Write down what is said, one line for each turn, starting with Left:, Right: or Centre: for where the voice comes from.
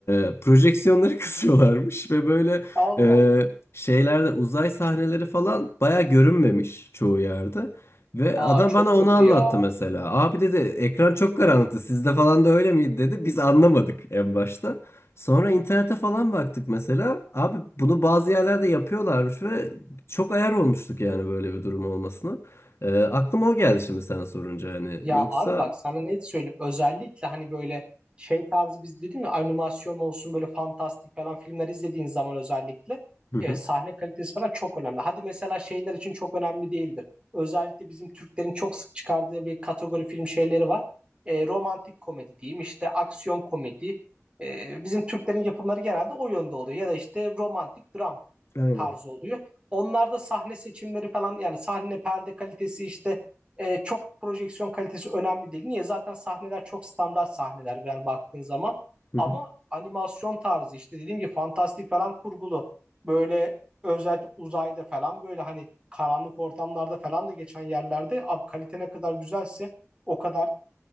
Left: E, projeksiyonları <laughs> kısıyorlarmış ve böyle
Right: Allah
Left: e,
Right: Allah.
Left: şeylerde uzay sahneleri falan baya görünmemiş çoğu yerde. Ve
Right: Aa
Left: adam
Right: çok
Left: bana onu
Right: kötü
Left: anlattı
Right: ya.
Left: mesela. Abi dedi ekran çok karanlıktı. Sizde falan da öyle miydi dedi. Biz anlamadık en başta. Sonra internete falan baktık mesela. Abi bunu bazı yerlerde yapıyorlarmış ve çok ayar olmuştuk yani böyle bir durum olmasına. Ee, aklıma o geldi şimdi sen sorunca hani.
Right: Ya
Left: Yoksa
Right: abi bak sana net söyleyeyim. Özellikle hani böyle şey tarzı biz dedim ya animasyon olsun böyle fantastik falan filmler izlediğin zaman özellikle
Left: hı
Right: e,
Left: hı,
Right: sahne kalitesi falan çok önemli. Hadi mesela şeyler için çok önemli değildir. Özellikle bizim Türklerin çok sık çıkardığı bir kategori film şeyleri var. E, romantik komedi diyeyim işte aksiyon komedi. E, bizim Türklerin yapımları genelde o yönde oluyor. Ya da işte romantik dram
Left: aynen.
Right: tarzı oluyor. Onlarda sahne seçimleri falan yani sahne perde kalitesi işte e, çok projeksiyon kalitesi önemli değil. Niye? Zaten sahneler çok standart sahneler yani baktığın zaman.
Left: Hı
Right: Ama
Left: hı.
Right: animasyon tarzı işte dediğim gibi fantastik falan kurgulu. Böyle özellikle uzayda falan böyle hani karanlık ortamlarda falan da geçen yerlerde abi kalite ne kadar güzelse o kadar